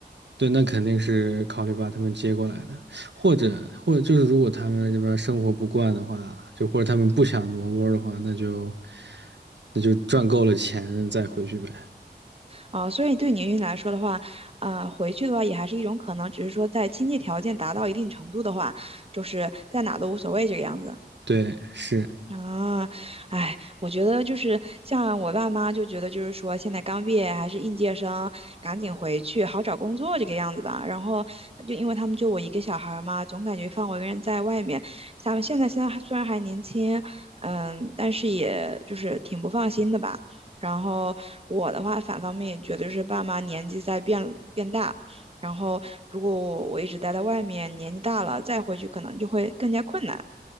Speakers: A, on the right; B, on the right.
A: 对，那肯定是考虑把他们接过来的，或者或者就是如果他们这边生活不惯的话，就或者他们不想挪窝的话，那就那就赚够了钱再回去呗。
B: 啊，所以对您来说的话，啊，回去的话也还是一种可能，只是说在经济条件达到一定程度的话，就是在哪都无所谓这个样子。
A: 对，是，
B: 啊，哎，我觉得就是像我爸妈就觉得，就是说现在刚毕业还是应届生，赶紧回去好找工作这个样子吧。然后就因为他们就我一个小孩儿嘛，总感觉放我一个人在外面。咱们现在现在还虽然还年轻，嗯，但是也就是挺不放心的吧。然后我的话，反方面也觉得是爸妈年纪在变变大，然后如果我我一直待在外面，年纪大了再回去可能就会更加困难。